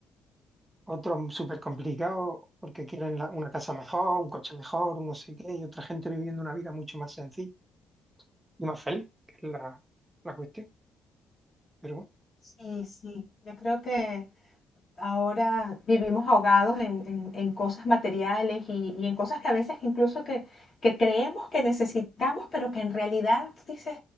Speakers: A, on the right; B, on the left.
A: Otros súper complicados porque quieren la- una casa mejor, un coche mejor, un no sé qué, y otra gente viviendo una vida mucho más sencilla y más feliz, que es la, la cuestión. Pero bueno,
B: Sí, sí, yo creo que ahora vivimos ahogados en, en- en cosas materiales y, y en cosas que a veces incluso que, que creemos que necesitamos, pero que en realidad dices,